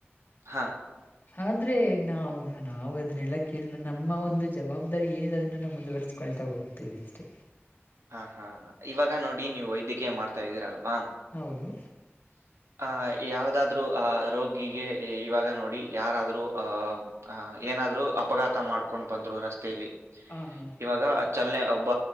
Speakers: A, on the right (about 85°); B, on the left (about 45°).
A: ಹಾ
B: ಅಂದ್ರೆ ನಾವು ನಾವು ಅದನ್ನೆಲ್ಲ ಕೇಳಿಲ್ಲ ನಮ್ಮ ಒಂದು ಜವಾಬ್ದಾರಿ ಏನಿದೆ ಅದನ್ನ ನಾ ಮುಂದುವರಿಸಿ. ಕರೆಕ್ಟ್ ಆಗಿ ಓದ್ತೀವಿ ಅಷ್ಟೆ
A: ಹಾಂ ಹಾಂ ಇವಾಗ ನೋಡಿ ನೀವು ವೈದ್ಯಕೀಯ ಮಾಡ್ತಾ ಇದ್ದೀರಲ್ವಾ.
B: ಹೌದು
A: ಆಹ್ ಯಾವದಾದ್ರು ಆಹ ರೋಗಿಗೆ ಇವಾಗ ನೋಡಿ ಯಾರಾದ್ರೂ ಆಹ್ ಆ ಏನಾದ್ರು ಅಪಘಾತ ಮಾಡ್ಕೊಂಡು ಬಂದ್ರು ರಸ್ತೆಯಲ್ಲಿ.
B: ಹ ಹಾ
A: ಆಗ ಚಲನೆ ಒಬ್ಬ